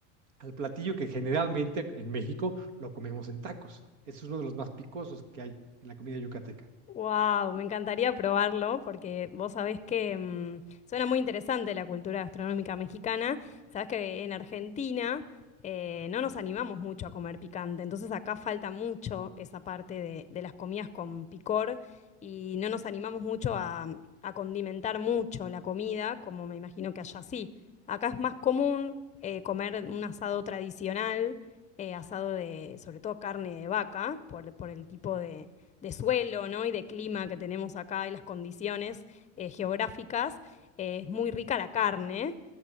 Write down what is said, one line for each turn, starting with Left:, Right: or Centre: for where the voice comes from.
Right: al platillo que generalmente en México lo comemos en tacos. Ese es uno de los más picosos que hay en la comida yucateca.
Left: Wow, me encantaría probarlo porque vos sabés que mm, suena muy interesante la cultura gastronómica mexicana. Sabés que en Argentina eh, no nos animamos mucho a comer picante, entonces acá falta mucho esa parte de, de las comidas con picor y no nos animamos mucho a, a condimentar mucho la comida, como me imagino que allá sí. Acá es más común eh, comer un asado tradicional, eh, asado de sobre todo carne de vaca, por por el tipo de de suelo, ¿no? Y de clima que tenemos acá y las condiciones eh, geográficas, eh, es muy rica la carne.